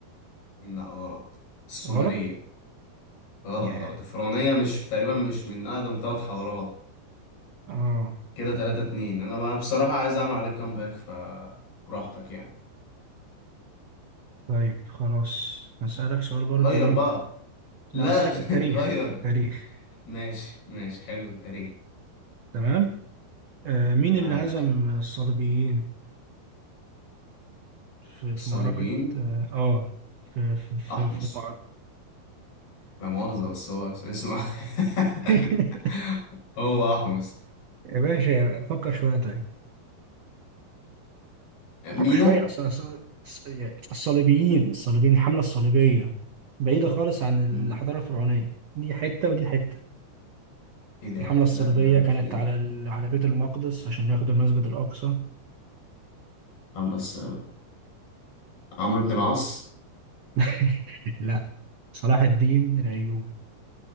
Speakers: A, on the left; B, on the right.
A: لا غلط السومرية
B: غلط
A: غلط
B: ياه
A: غلط الفرعونية مش تقريبا مش من اقدم ثلاث حضارات
B: اه
A: كده تلاتة اتنين انا بقى بصراحة عايز اعمل عليك كامباك فبراحتك يعني
B: طيب خلاص هسألك سؤال برضو
A: غير
B: إيه
A: بقى لا
B: لا هسألك
A: <laughs>
B: في التاريخ
A: غير
B: في التاريخ
A: ماشي ماشي حلو التاريخ
B: تمام أه مين
A: معاك
B: اللي هزم الصليبيين في,
A: الصليبيين
B: في معركة اه آه، في في في,
A: احمس
B: في المعركة
A: لا مؤاخذة بس هو اسمه
B: <laughs>
A: <laughs> هو احمس
B: يا باشا فكر شوية طيب
A: مينا
B: فكر شوية أص- أص- أص- يعني الصليبيين الصليبيين الحملة الصليبية بعيدة خالص عن
A: م-
B: الحضارة الفرعونية دي حتة ودي حتة
A: ايه ده
B: الحملة الصليبية
A: لا يا عم
B: كانت
A: في ايه
B: على ال- على بيت المقدس عشان ياخدوا المسجد الأقصى
A: عمرو بس عمرو بن العاص
B: <laughs> لا صلاح الدين الأيوبي